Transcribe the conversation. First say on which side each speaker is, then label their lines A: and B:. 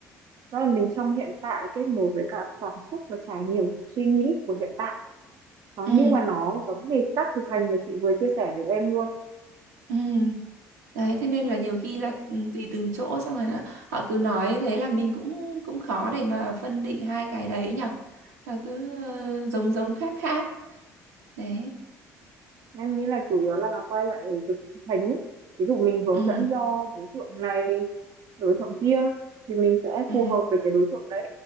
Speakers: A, on the right (about 55°); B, on the right (about 85°).
A: đó là mình trong hiện tại kết nối với cả cảm xúc và trải nghiệm suy nghĩ của hiện tại. Đó,
B: ừ
A: nhưng mà nó giống hệt các thực hành mà chị vừa chia sẻ với em luôn.
B: ừ đấy thế nên là nhiều khi là ừ, tùy từng chỗ xong rồi là họ cứ nói thế là mình cũng cũng khó để mà phân định hai cái đấy nhở là cứ ờ, giống giống khác khác đấy
A: Em nghĩ là chủ yếu là quay lại thực hành ấy. Ví dụ mình hướng
B: ừ
A: dẫn cho đối tượng này, đối tượng kia thì mình sẽ
B: ừ
A: phù hợp với cái đối tượng đấy.